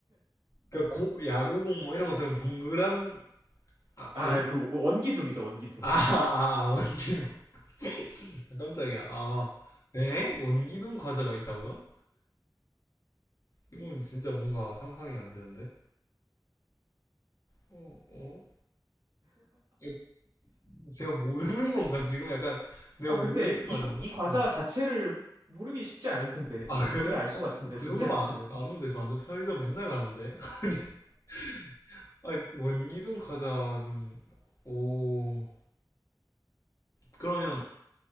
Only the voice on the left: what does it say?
그러니까 고- 야구공 뭐 이런 것처럼 동그란 아,
아니?
아, 아, 아, 원기둥. <laughs> 깜짝이야. 아, 네? 원기둥 과자가 있다고요? 이건 진짜 뭔가 상상이 안 되는데. 어, 어? 에, 제가 모르는 건가? 지금 약간 내가
모르는
과자인가?
네.
아, 그래요?
어, 그
정도면
아, 아는데 저 완전 편의점 맨날 가는데. <laughs> 아니, 아니 원기둥 과자는 오. 그러면